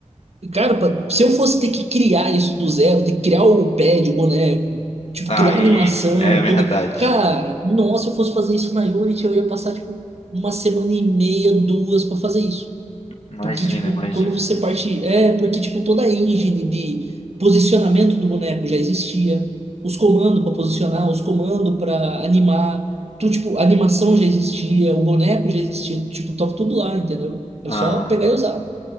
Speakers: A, on the right; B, on the left.
A: E, cara, pa- se eu fosse ter que criar isso do zero, ter que criar o pad, o boneco, tipo,
B: Aí
A: criar animação,
B: é verdade.
A: toda. Cara, nossa, se eu fosse fazer isso na Unity, eu ia passar, tipo, uma semana e meia, duas pra fazer isso.
B: Imagina,
A: Porque, tipo,
B: imagina.
A: quando você parte. É, porque, tipo, toda a engine de posicionamento do boneco já existia. Os comandos para posicionar, os comandos para animar. Tu, tipo, a animação já existia, o boneco já existia. Tipo, tava tudo lá, entendeu? Era
B: Aham.
A: só pegar e usar.